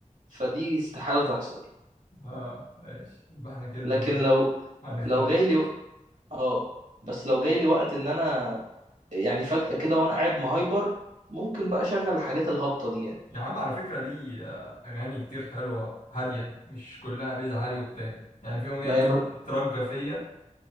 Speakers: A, on the right; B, on the left.
A: فدي استحالة تحصل يعني
B: اه ماشي يبقى احنا كده
A: لكن لو
B: هنختلف
A: لو جاي لي آه بس لو جاي لي وقت إن أنا يعني فجأة كده وأنا قاعد مهايبر ممكن بقى أشغل الحاجات الهابطة دي يعني
B: يا عم على فكره ليه آه، اغاني كتير حلوه هاديه مش كلها بيز عالي وبتاع يعني في اغنيه
A: ما
B: ليه
A: هي
B: اسمها
A: ما
B: تترجى فيا